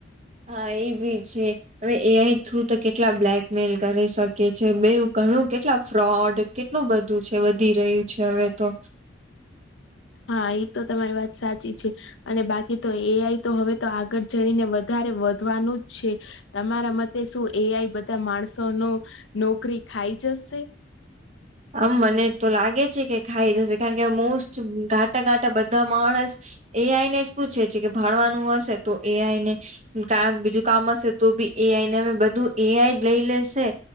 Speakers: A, on the right; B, on the left.
A: હા એભી છે. હવે એઆઈ થ્રુ તો કેટલા બ્લેકમેલ કરી શકે છે બે ઘણું કેટલા ફ્રોડ. કેટલું બધું છે વધી રહ્યું છે હવે તો.
B: હા એ તો તમારી વાત સાચી છે. અને બાકી તો એઆઈ તો હવે તો આગળ જણીને વધારે વધવાનું જ છે. તમારા મતે શું એઆઈ બધા માણસો ન નોકરી ખાઈ જશે.
A: આમ મને તો લાગે છે કે ખાઈ જશે કારણ કે મોસ્ટ ઘાટા ઘાટા બધા માણસ. એ આઈ ને જ પૂછે છે કે ભાણવાનું હશે તો એ આઈ ને. કારણ બીજું કામ હશે તો બી એઆઈ ને અમે બધું એઆઈ જ લઈ લેશે.